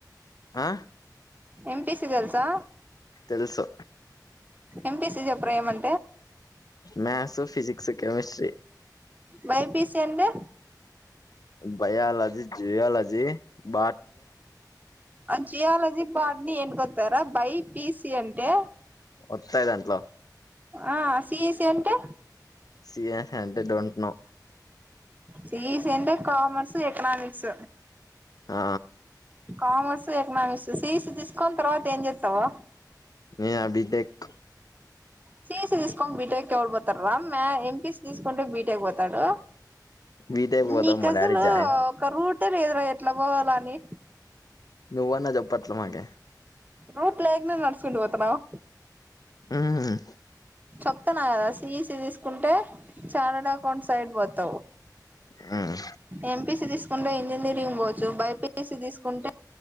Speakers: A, on the left; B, on the right.
A: ఆ
B: ఎంపిసి తెల్సా
A: తెలుసు
B: ఎంపిసి చేప్రా ఏ మం
A: మ్యాథస్ ఫిజక్స్ కెమిస్ట్రిీ
B: బైపీసి అంటే
A: బయాలజీ జుయాలజీ బ
B: జియాలజీ బార్డ్ని ఎనుకొస్తాది రా బై పి సిీ అంటే
A: ఒత్తయి దాంట్లో
B: ఆ సిఇసి అంటే
A: సిఈ సి అంటే డోంట్ నో
B: సీఇసి అంటే కమర్స్ ఎకనమిక్స్
A: ఆ
B: కామర్సు ఎకనామిక్స్ సీఇసి తీసుకొని తర్వాత ఏం చేస్తావ్
A: నినా బి టే క్
B: సిఇసి తీస్కోని బిటెక్ ఎవల్ పోతర్ర ఎం పిసి తీస్కొని బిటెక్ పో తాడు
A: బీటెక్ పోదాం
B: నీకు
A: మా
B: అసలు
A: డాడీ జాయిన్
B: ఒక రూటే లేదురా ఎట్లా పోవాల అని
A: నువ్వ న్న చేప్పట్లే మాగి
B: రూట్ లేకనే నడుచుకుంటూ పోతున్నవ్
A: మ్
B: స్తున్న కదా సిఈసీ తీసుకుంటే చటెడ్ అకౌంట్ సైడ్ పోతావు
A: మ్
B: ఎంపీసి తీసుకుంటే ఇంజనీరింగ్ పోవచ్చు బైపీసి తీసుకుంటే